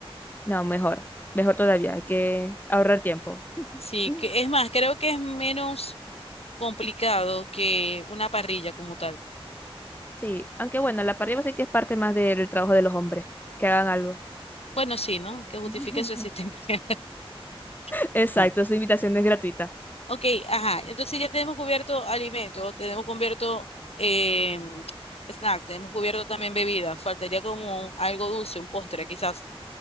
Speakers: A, on the left (about 20°); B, on the left (about 80°).
A: No, mejor. Mejor todavía. Hay que ahorrar tiempo.
B: Sí,
A: <laughs>
B: que es más, creo que es menos. complicado que una parrilla como tal.
A: Sí, aunque bueno, la parrilla sí que es parte más del trabajo de los hombres. Que hagan algo.
B: Bueno, sí, ¿no? Que justifique
A: <laughs>
B: su existencia. <laughs>
A: Exacto,
B: Ajá.
A: su invitación es gratuita.
B: Ok, ajá. Entonces ya tenemos cubierto alimentos, tenemos cubierto eh, snack, tenemos cubierto también bebida. Faltaría como algo dulce, un postre quizás.